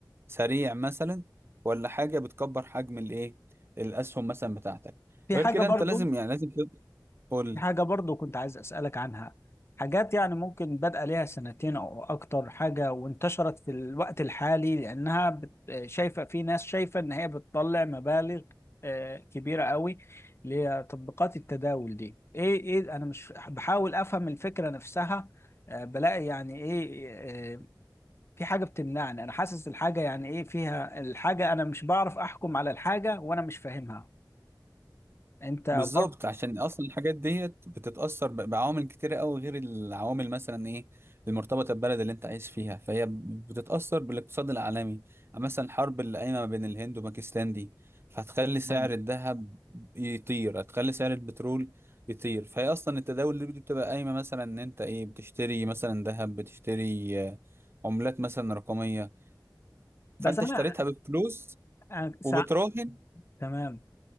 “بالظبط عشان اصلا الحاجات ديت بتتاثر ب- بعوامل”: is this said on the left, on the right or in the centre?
Right